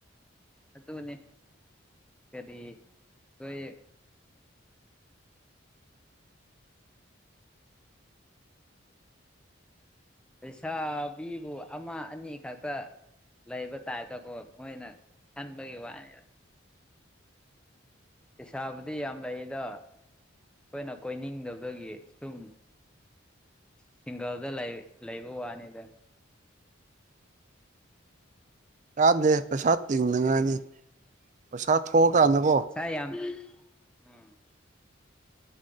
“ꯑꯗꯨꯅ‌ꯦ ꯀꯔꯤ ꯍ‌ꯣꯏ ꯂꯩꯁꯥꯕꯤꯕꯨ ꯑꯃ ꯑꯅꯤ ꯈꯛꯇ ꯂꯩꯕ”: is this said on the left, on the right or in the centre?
Centre